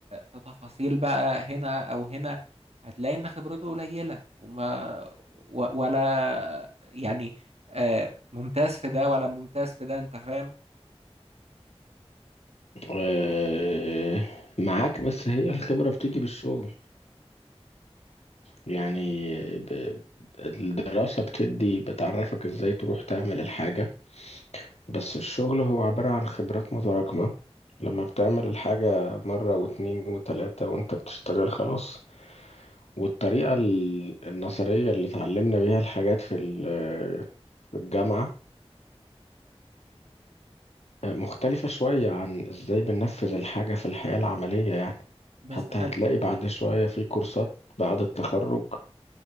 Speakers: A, on the right; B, on the left.
A: في تفاصيل بقى هنا او هنا هتلاقي ان خبرته قليله وما و... ولا يعني آه، ممتاز في ده ولا ممتاز في ده انت فاهم
B: أه معاك بس هي الخبرة بتيجي بالشغل يعني ب- الدراسة بتدي بتعرفك ازاي تروح تعمل الحاجة بس الشغل هو عبارة عن خبرات متراكمة لما بتعمل الحاجة مرة واتنين وتلاتة وانت بتشتغل خلاص والطريقة ال- النظرية اللي اتعلمنا بيها الحاجات في ال- في الجامعة مختلفة شوية عن ازاي بننفذ الحاجة في الحياة العملية يعني
A: بس
B: حتى
A: خل...
B: هتلاقي بعد شوية في كورسات بعد التخرج